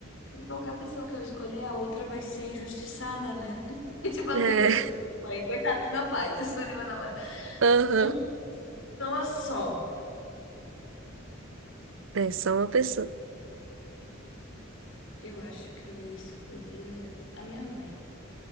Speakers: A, on the left; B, on the right.
A: porque qualquer pessoa que eu escolher, a outra vai ser injustiçada, né? <laughs> E tipo assim,
B: É,
A: se eu escolher meu pai, coitado do meu pai, <laughs> se eu escolher meu namorado.
B: <laughs> aham.
A: Uma pessoa só.
B: É só
A: Hum,
B: uma pessoa.
A: eu acho que eu ia escolher a minha mãe.